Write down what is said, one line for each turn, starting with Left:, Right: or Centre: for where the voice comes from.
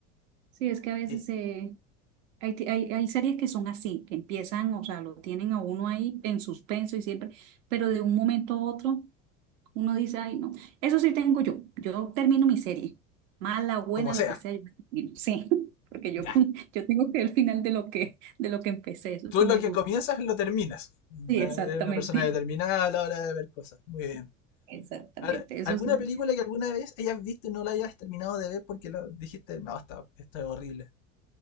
Right: sí, es que a veces
Left: Eh,
Right: se Hay, te- hay, hay series que son así, que empiezan, o sea, lo tienen a uno ahí en suspenso y siempre, pero de un momento a otro uno dice, ay, no, eso sí tengo yo, yo termino mi serie, mala, buena,
Left: como sea,
Right: lo que sea, yo la termino. Sí, <laughs> porque yo,
Left: ya.
Right: con- yo tengo que el final de lo que, de lo que empecé, eso
Left: Tú
Right: sí
Left: lo
Right: me
Left: que
Right: gusta.
Left: comienzas lo terminas.
Right: Sí, exactamente,
Left: Eres una persona determinada a la hora de ver cosas. Muy bien.
Right: <laughs> exactamente,
Left: Ahora,
Right: eso
Left: ¿Alguna
Right: sí.
Left: película que alguna vez hayas visto y no la hayas terminado de ver porque lo dijiste, no, está, está horrible?